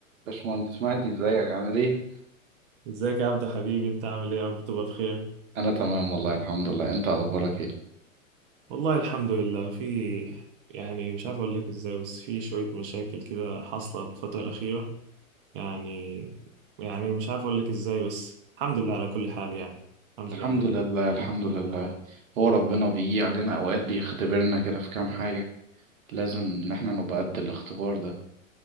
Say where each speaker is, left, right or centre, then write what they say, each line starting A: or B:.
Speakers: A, on the right; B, on the right.
A: باشمهندس مهدي ازيك عامل ايه؟
B: ازيك يا عبدو حبيبي انت عامل ايه يا رب تبقى بخير
A: انا تمام والله الحمد لله انت اخبارك ايه
B: والله الحمد لله في يعني مش عارف اقول لك ازاي بس في شوية مشاكل كده حاصلة الفترة الأخيرة يعني يعني مش عارف اقول لك ازاي بس الحمد لله على كل حال يعني الحمد
A: الحمد
B: لله على كل
A: لله
B: حال
A: الحمد لله هو ربنا بيجي علينا اوقات بيختبرنا كده في كام حاجة لازم ان احنا نبقى قد الاختبار ده